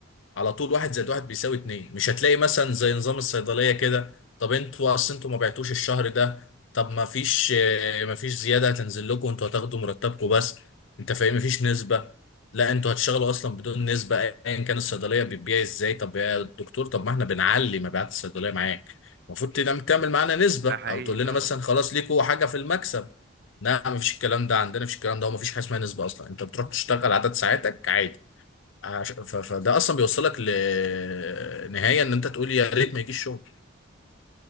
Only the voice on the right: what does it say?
ده حقيقي
فعلا